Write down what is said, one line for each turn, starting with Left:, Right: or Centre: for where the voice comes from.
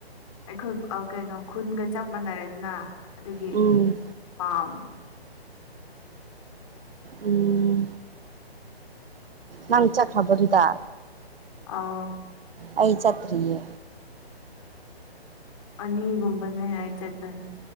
Left: ꯑꯩꯈꯣꯏ ꯀꯩꯅꯣ ꯈꯨꯟꯒ ꯆꯞ ꯃꯥꯟꯅꯔꯦꯗꯅ ꯑꯗꯨꯒꯤ
Right: ꯎꯝ
Left: ꯄꯥꯝꯃꯦ
Right: ꯎꯝ ꯅꯪ ꯆꯠꯈ꯭ꯔꯕꯣ ꯑꯗꯨꯗ
Left: ꯑꯧ
Right: ꯑꯩ ꯆꯠꯇ꯭ꯔꯤꯌꯦ
Left: ꯑꯅꯤꯒꯨꯝꯕꯅꯦ ꯑꯩ ꯆꯠꯄꯅꯦ